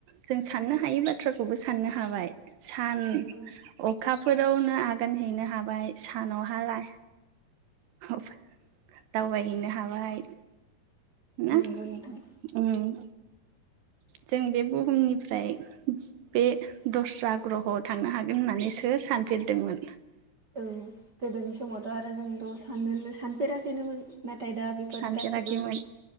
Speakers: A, on the right; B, on the right.
A: जों साननो हायै बाथ्राखौबो सानो नो हाबाय सान
B: नंगौ
A: अखाफोरावनो आगान हैनो हाबाय। सानाव हाला दावबायहैनो हाबाय। ना
B: नंगौ नोंथां
A: ओम
B: औ
A: जों बे बुहुमनिफ्राय बे द'स्रा ग्रह' थांनो हागोन होननानै सोर सानफेरदोंमोन?
B: औ गोदोनि समावथ' आरो जों थ' साननोनो सानफेराखैनोमोन। नाथाय दा बेफोर
A: सानफेराखैमोन
B: गासैबो